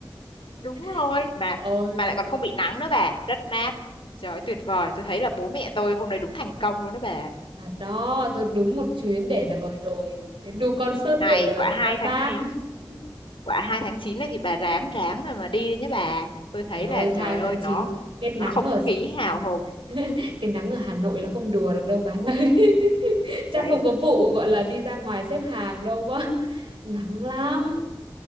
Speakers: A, on the left; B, on the right.
A: đúng
B: <laughs>
A: rồi mà
B: Ôi.
A: mà lại còn không bị nắng nữa bà rất mát trời ơi tuyệt vời tôi thấy là bố mẹ tôi hôm nay đúng thành công luôn đó bà
B: Thật đó, thật đúng một chuyến để đời rồi, chuyến đu concert
A: Này,
B: để đời
A: quả
B: của
A: hai
B: các bác.
A: tháng chín
B: <laughs>
A: quả 2 tháng 9 này thì bà ráng ráng rồi mà đi đi nhé bà. Tôi thấy
B: Bà ơi,
A: là trời
B: 2
A: ơi
B: tháng
A: nó
B: chín cái nắng
A: nó không
B: ở
A: khí hào hùng
B: <laughs> cái nắng ở Hà Nội là không đùa được đâu bà ơi. <laughs> Chắc
A: đấy.
B: không có vụ gọi là đi ra ngoài xếp hàng đâu quá. <laughs> Nắng lắm.